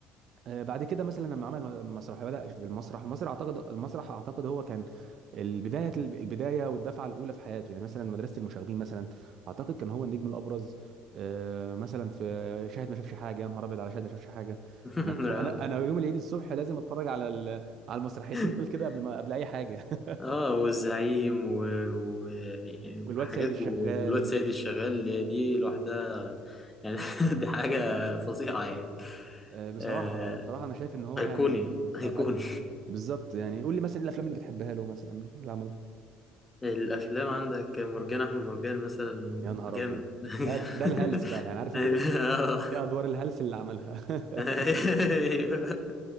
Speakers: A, on the right (about 50°); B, on the left (about 20°).
A: آه، بعد كده مثلا لما عمل م- مسرح بدأ في المسرح المسرح اعتقد المسرح اعتقد هو كان البدايه البدايه والدفعه الاولى في حياته يعني مثلا مدرسه المشاغبين مثلا اعتقد كان هو النجم الابرز آه، مثلا في شاهد ما شافش حاجه يا نهار ابيض على شاهد ما شافش حاجه
B: <laughs>
A: انا <laughs>
B: اه
A: انا انا يوم العيد الصبح لازم اتفرج على ال- على المسرحيتين
B: <laughs>
A: دول كده قبل ما قبل اي حاجه <laughs>
B: آه، والزعيم و... و...
A: والواد
B: وحاجات
A: سيد الشغال
B: و- والواد سيد الشغال دي لوحدها يعني <laughs> دي حاجة فظيعة يعني
A: آه، بصراحه
B: آه...
A: بصراحه انا شايف ان هو
B: أيقوني
A: يعني
B: أيقوني
A: آه، آه، بالظبط يعني قول لي مثلا ايه الافلام اللي بتحبها له مثلا اللي عملها
B: الافلام عندك مرجان احمد مرجان مثلا
A: يا نهار
B: جامد
A: ابيض
B: <laughs>
A: ده ده الهلس بقى يعني عارف انت
B: يعني-
A: ده
B: آه.
A: دي ادوار الهلس اللي عملها
B: أيوة.
A: <laughs>